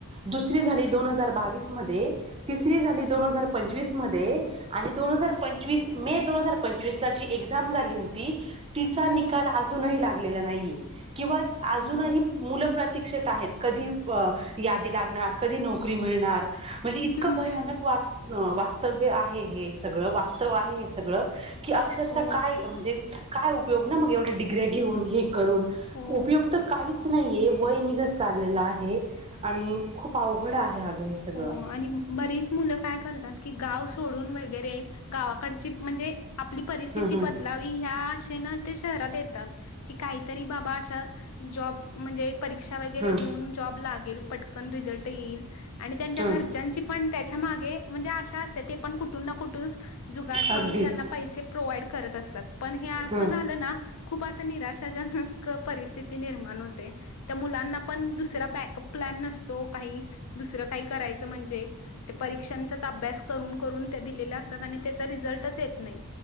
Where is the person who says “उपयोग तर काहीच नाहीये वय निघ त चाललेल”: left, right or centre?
Right